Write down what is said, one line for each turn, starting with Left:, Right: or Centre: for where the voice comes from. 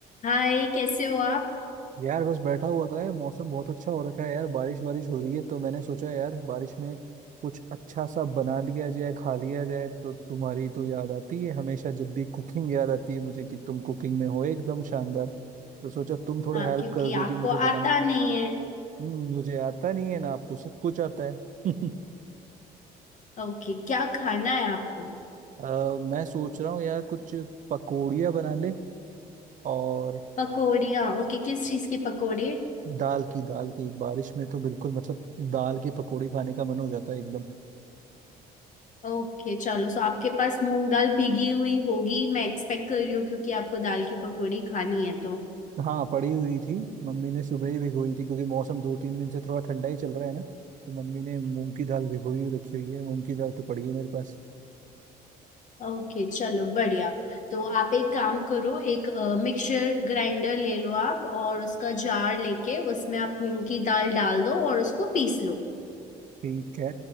Left: हाय कैसे हो आप
Right: यार बस बैठा हुआ था यार मौसम बहुत अच्छा हो रखा है यार बारिश वारिश हो रही है तो मैंने सोचा यार बारिश में कुछ अच्छा सा बना लिया जाए खा लिया जाए तो तुम्हारी तो याद आती है हमेशा जब भी कुकिंग याद आती है मुझे कि तुम कुकिंग में हो एकदम शानदार तो सोचा तुम थोड़े
Left: हाँ
Right: हेल्प
Left: क्योंकि
Right: कर दोगी
Left: आपको
Right: मुझे बनाने
Left: आता
Right: में
Left: नहीं है
Right: हम्म मुझे आता नहीं है ना आपको सब कुछ आता है <laughs>
Left: ओके क्या खाना है आपको
Right: अ, मैं सोच रहा हूँ यार कुछ पकौड़ियाँ बना ले और
Left: पकौड़ियाँ ओके किस चीज के पकौड़े
Right: दाल की दाल की बारिश में तो बिल्कुल मतलब दाल की पकौड़ी खाने का मन हो जाता है एकदम
Left: ओके चलो सो आपके पास मूंग दाल भीगी हुई होगी मैं एक्सपेक्ट कर रही हूँ क्योंकि आपको दाल की पकौड़ी खानी है तो
Right: हाँ पड़ी हुई थी मम्मी ने सुबह ही भिगोई थी क्योंकि मौसम दो तीन दिन से थोड़ा ठंडा ही चल रहा है ना तो मम्मी ने मूंग की दाल भिगोई हुई रखी हुई है मूंग की दाल तो पड़ी है मेरे पास
Left: ओके चलो बढ़िया तो आप एक काम करो एक मिक्सर ग्राइंडर ले लो आप और उसका जार लेके उसमें आप मूंग की दाल डाल दो और उसको पीस लो
Right: ठीक है